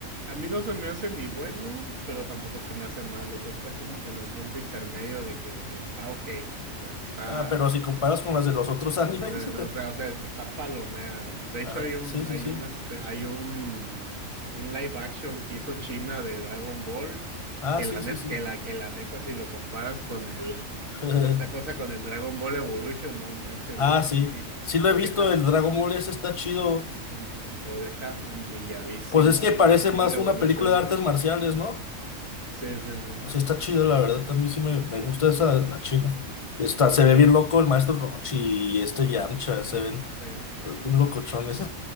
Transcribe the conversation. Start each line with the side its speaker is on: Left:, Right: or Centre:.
Right: A mí no se me hace ni bueno, pero tampoco se me hace mal. O sea, está como que en el punto intermedio de que está ok. O sea, está.
Left: Ah, pero si comparas con
Right: eh,
Left: las de los otros animes.
Right: o sea, o sea,
Left: <laughs>
Right: o sea, está palomera. De
Left: Ah,
Right: hecho, hay un,
Left: sí, sí,
Right: hay
Left: sí.
Right: un, este, hay un, un live action que hizo China de Dragon Ball.
Left: Ah,
Right: Que
Left: sí,
Right: la
Left: sí,
Right: net,
Left: sí.
Right: que la, que la neta, si lo comparas con el, <laughs>
Left: <laughs>
Right: esta cosa con el Dragon Ball Evolution, no manches,
Left: Ah,
Right: lo,
Left: sí. Sí lo
Right: lo
Left: he visto,
Right: deja,
Left: el Dragon Ball ese está chido.
Right: el- lo deja humilladísimo
Left: Pues es que
Right: al
Left: parece
Right: Dragon
Left: más
Right: Ball Evolution.
Left: una película de artes marciales, ¿no?
Right: Sí, sí, sí.
Left: O sea, está chido, la verdad. También sí me, me gusta esa, la china. Está, se ve
Right: Sí,
Left: bien loco el maestro Rochi y este Yamcha. Se ven
Right: sí.
Left: eh, bien locochones.